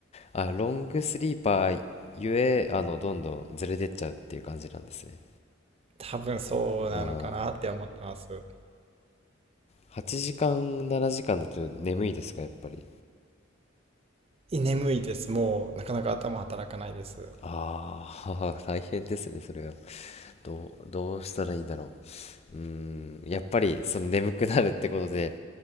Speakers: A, on the left; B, on the right.
A: ー <laughs> あ、ロングスリーパーゆえ、あの、どんどんずれてっちゃうっていう感じなんですね。
B: 多分そうなのかなって思ってます。
A: うーん。8時間、7時間だと眠いですか、やっぱり。
B: 眠いです。もうなかなか頭働かないです。
A: ああ、<laughs> 大変ですね、それは。どう、どうしたらいいんだろう。うーん、やっぱり、その眠くなるってことで、